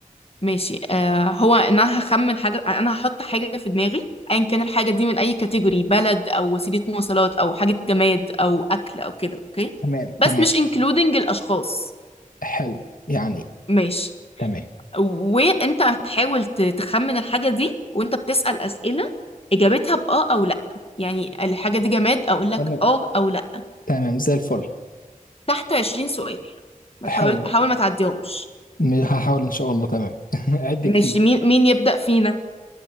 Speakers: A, on the left (about 45°); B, on the left (about 75°).
A: ماشي آه هو ان انا هخمن حاجة انا هحط حاجة في دماغي ايا كان الحاجة دي من اي كاتيجوري بلد او وسيلة مواصلات او حاجة جماد او اكل او كده اوكي
B: تمام تمام
A: بس مش انكلودنج الاشخاص
B: حلو يعني
A: ماشي
B: تمام
A: وانت هتحاول ت- تخمن الحاجة دي وانت بتسأل أسئلة اجابتها باه او لا يعني الحاجة دي جماد اقول لك
B: تمام
A: اه او لا
B: تمام زي الفل
A: تحت 20 سؤال ما
B: حلو
A: تحاول حاول ما تعديهمش
B: م- هحاول ان شاء الله تمام <laughs> قد
A: مش
B: كتير
A: مين مين يبدأ فينا